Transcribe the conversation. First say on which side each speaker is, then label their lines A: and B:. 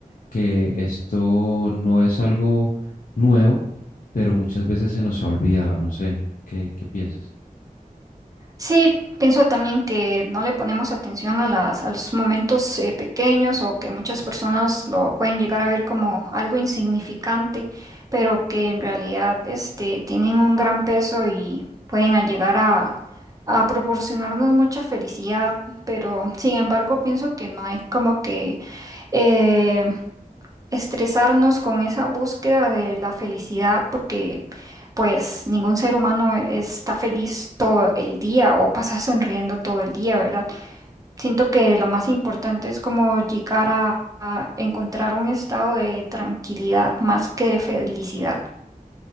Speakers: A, on the left; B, on the right.
A: que esto no es algo nuevo, pero muchas veces se nos ha olvidado, no sé, ¿qué, qué piensas?
B: Sí, pienso también que no le ponemos atención a las, a los momentos eh, pequeños o que muchas personas lo pueden llegar a ver como algo insignificante, pero que en realidad este, tienen un gran peso y pueden a llegar a a proporcionarnos mucha felicidad, pero sin embargo pienso que no hay como que eh, estresarnos con esa búsqueda de la felicidad, porque pues ningún ser humano e- está feliz todo el día o pasa sonriendo todo el día, ¿verdad? Siento que lo más importante es como llegar a, a encontrar un estado de tranquilidad más que de felicidad.